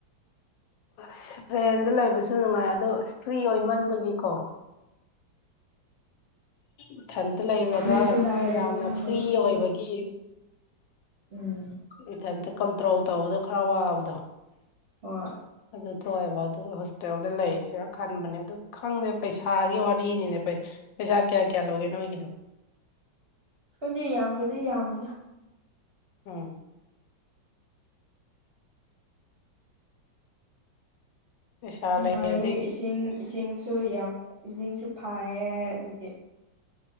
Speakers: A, on the left; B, on the right.
A: ꯑꯁ ꯇ꯭ꯔꯦꯟꯗ ꯂꯩꯕꯁꯨ ꯅꯨꯡꯉꯥꯏ ꯑꯗꯣ ꯐ꯭ꯔꯤ ꯑꯣꯏꯃꯟꯕꯒꯤꯀꯣ ꯏꯊꯟꯇ ꯂꯩꯔꯨꯔꯒ
B: ꯅꯣꯏꯁꯨ ꯂꯥꯏꯔꯗꯤ
A: ꯌꯥꯝꯅ
B: ꯈꯪꯒꯅꯤ
A: ꯐ꯭ꯔꯤ
B: ꯑꯗꯨ
A: ꯑꯣꯏꯕꯒꯤ
B: ꯎꯝ
A: ꯏꯊꯟꯇ ꯀꯟꯇ꯭ꯔꯣꯜ ꯇꯧꯕꯗꯣ ꯈꯔ ꯋꯥꯕꯗꯣ
B: ꯍꯣꯏ
A: ꯑꯗꯨ ꯊꯣꯛꯑꯦꯕ ꯑꯗꯨ ꯍꯣꯁꯇꯦꯜꯗ ꯂꯩꯔꯤꯁꯤꯅ ꯈꯟꯕꯅꯦ ꯑꯗꯨ ꯈꯪꯗꯦ ꯄꯩꯁꯥꯒꯤ ꯋꯥꯔꯤꯅꯤꯅ ꯄꯩꯁꯥ ꯀꯌꯥ ꯀꯌꯥ ꯂꯧꯒꯦ ꯅꯣꯏꯒꯤꯗꯣ
B: ꯗꯤ ꯌꯥꯝꯕꯨꯗꯤ ꯌꯥꯝꯗ
A: ꯎꯝ ꯄꯩꯁꯥ
B: ꯅꯨꯡꯉꯥꯏꯌꯦ
A: ꯂꯩꯔꯗꯤ
B: ꯏꯁꯤꯡ
A: ꯑꯁ
B: ꯏꯁꯤꯡꯁꯨ ꯌꯥꯝ ꯏꯁꯤꯡꯁꯨ ꯐꯌꯦ ꯑꯗꯨꯒꯤ